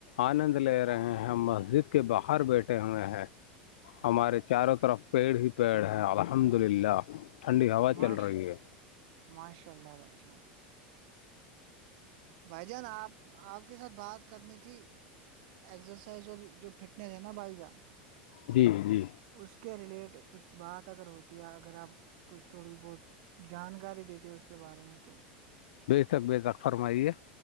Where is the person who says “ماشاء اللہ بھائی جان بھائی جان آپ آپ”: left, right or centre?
Right